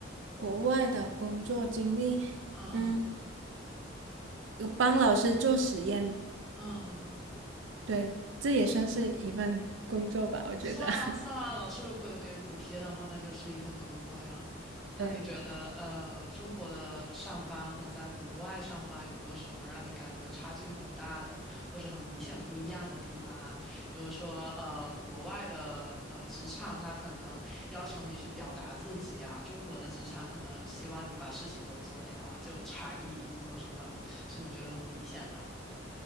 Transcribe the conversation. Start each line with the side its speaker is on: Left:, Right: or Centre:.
Right: 国外的工作经历，
Centre: 嗯嗯
Right: 嗯，有帮老师做实验，
Centre: 嗯。
Right: 对，这也算是一份工作吧，我觉得。
Centre: 算啊算啊，
Right: <laughs>
Centre: 老师如果有给补贴的话，那就是一份工作呀。那你觉得，
Right: 对，
Centre: 呃，中国的上班和在国外上班有没有什么让你感觉差距很大的，或者很明显不一样的地方啊？比如说，呃，国外的呃职场，它可能要求你去表达自己啊，中国的职场可能希望你把事情都做掉啊，这种差异有没有什么是你觉得很明显的？